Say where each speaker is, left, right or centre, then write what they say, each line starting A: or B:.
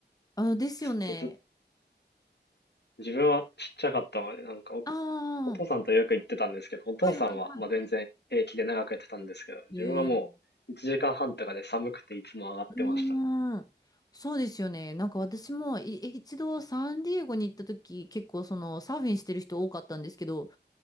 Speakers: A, on the left; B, on the left.
A: あ、ですよね。
B: ずっとず、自分はちっちゃかったので、なんかお、
A: ああ。
B: お父さんとよく行ってたんですけど、お父さんは、
A: はいはいは
B: まあ、全然平気で長くやってたんですけど、自分はもう1時間半とかで寒くていつも上がってましたね。
A: い。へうーん。そうですよね。なんか私もい一度サンディエゴに行った時、結構そのサーフィンしてる人多かったんですけど、